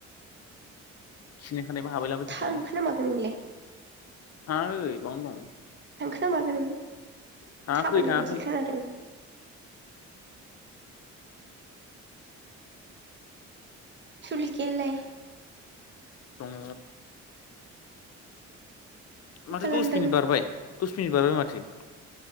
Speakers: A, on the left; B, on the right.
A: खिनो ओंखारनायबा हाबहैलाबाय थाथोंलै
B: थांखोना माखो नोंलाय
A: थाङाखै बावनो दं
B: माखोनों
A: थाङाखै
B: थाबायनाय
A: थाङाखै
B: बायदि खोनादों सुलिखायालाय
A: दङ
B: मा
A: माथो
B: खालामदों
A: दस मिनिट बारबाय। दस मिनिट बारबाय माथो?